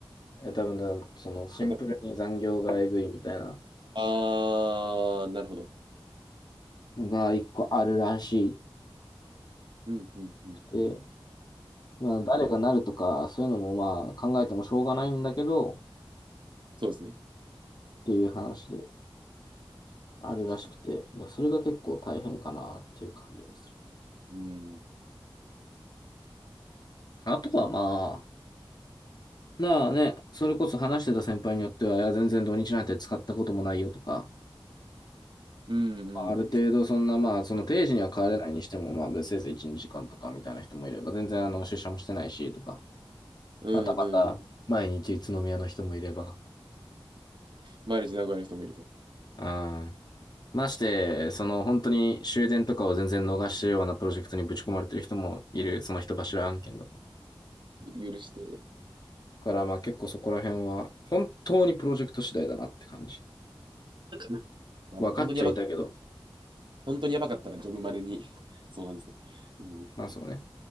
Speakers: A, on the left; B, on the right.
A: え多分だ、そのシンプルに残業がえぐいみたいな
B: あ、だあーなるほど。
A: のが一個あるらし
B: うん、うん、うん、
A: くて、
B: うん。うん
A: まあ誰がなるとか、そういうのもまあ考えてもしょうがないんだけど、っ
B: そうですね。
A: ていう話で。あるらしくて、
B: 確かに。
A: だそれが結構大変かなっていう感じがする。
B: うん、
A: あとはまあ、なあね、それこそ話してた先輩によっては、いや、全然土日なんて使ったこともないよとか、
B: うん、うん、
A: まあある程度そんなまあ、その定時には帰れないにしても、まあ、せいぜい1、2時間とかみたいな人もいれば、全然あの、出社もしてないしとか、
B: うん、
A: またまた、
B: うん。
A: 毎日宇都宮の人もいれば、
B: 毎日名古屋の人もいると。
A: うん。まして、その本当に終電とかを全然逃したようなプロジェクトにぶち込まれてる人もいる、その人柱案件だと。
B: 許して。
A: からまあ結構そこら辺は本当にプロジェクト次第だなって感じ。
B: <laughs> まあ、
A: 分かっちゃいたけど、
B: なんか本当にやば、本当にやばかったらジョブマネに <laughs> そうなんですね。うん、
A: まあそうね。